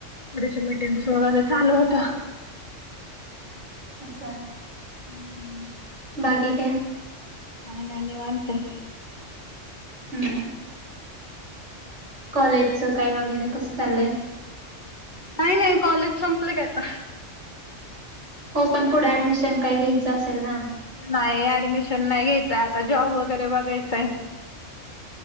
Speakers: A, on the left; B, on the right.
A: थोडीशी मीटिंग्स वगैरे चालू होतं.
B: अच्छा.
A: <unintelligible>
B: बाकी काय?
A: काय नाही निवांत आहे.
B: हम्म कॉलेजचं काय वगैरे कसं चाललंय?
A: नाही नाही, कॉलेज संपलं की आता.
B: हो, पण पुढे ऍडमिशन काही घ्यायचं, असेल ना.
A: नाही ऍडमिशन नाही घ्यायचंय, आता जॉब वगैरे बघायचंय.